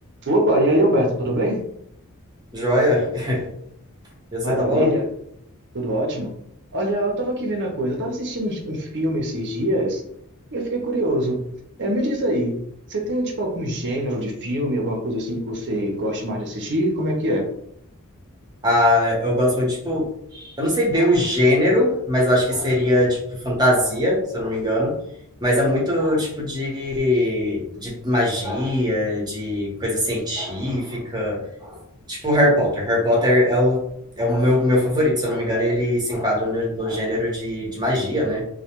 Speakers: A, on the right; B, on the right.
A: Opa, e aí, Alberto, tudo bem?
B: Joia? <laughs> E você,
A: Maravilha,
B: tá bom?
A: tudo ótimo. Olha, eu tava aqui vendo a coisa, eu tava assistindo um um filme esses dias e eu fiquei curioso. É, me diz aí, você tem tipo algum gênero de filme, alguma coisa assim que você gosta mais de assistir? Como é que é?
B: Ah, eu gosto muito, tipo, eu não sei bem o gênero, mas eu acho que seria, tipo, fantasia, se eu não me engano. Mas é muito, tipo, de, de magia, de coisa científica. Tipo, Harry Potter. Harry Potter é o, é o meu, meu favorito, se eu não me engano, ele se enquadra no, no gênero de, de magia, né?